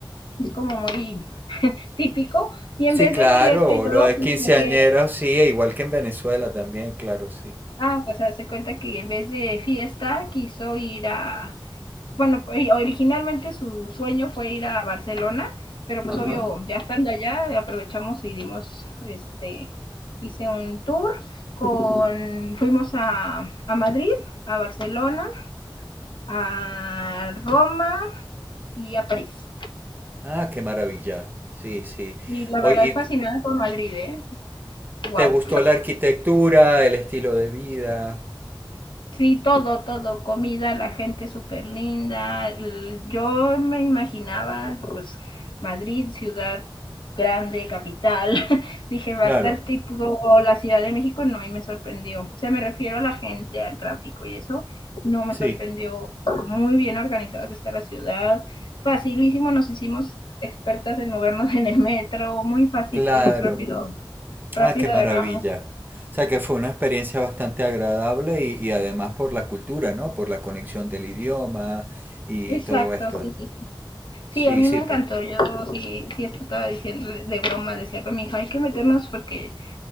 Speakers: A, on the left; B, on the right.
A: es como muy típico, y
B: Sí,
A: en vez
B: claro,
A: de fiesta y todo,
B: lo de
A: pues
B: quinceañeros,
A: hace,
B: sí, e igual que en Venezuela también, claro, sí.
A: ah, pues hace cuenta que en vez de fiesta quiso ir a, bueno, originalmente su sueño fue ir a Barcelona, pero pues
B: Ajá.
A: obvio, ya estando allá, aprovechamos y dimos, este, hice un tour con, fuimos a, a Madrid, a Barcelona, a Roma y a París.
B: Ah, qué maravilla. Sí, sí.
A: Y la
B: Oye,
A: verdad,
B: ¿y
A: fascinada
B: t-
A: con Madrid, ¿eh? ¡Wow!
B: te gustó la arquitectura, el estilo de vida?
A: Sí, todo, todo, comida, la gente súper linda. l- Yo me imaginaba, pues, Madrid, ciudad grande, capital. <laughs> Dije, va
B: Claro,
A: a estar tipo la Ciudad de México, no, y me sorprendió. O sea, me refiero a la gente, al tráfico y eso, no me
B: sí,
A: sorprendió. Muy bien organizada que está la ciudad, facilísimo, nos hicimos expertas en movernos <laughs> en el metro, muy fácil,
B: claro.
A: pues, rápido, rápido
B: Ah, qué maravilla.
A: agarramos.
B: O sea que fue una experiencia bastante agradable y, y además por la cultura, ¿no? Por la conexión del idioma y
A: Exacto,
B: todo esto.
A: sí,
B: ¿no?
A: sí, sí.
B: Sí,
A: Sí, a mí
B: sí,
A: me encantó.
B: por...
A: Yo sí, sí esto estaba diciendo de broma, decía con mi hija, hay que meternos porque,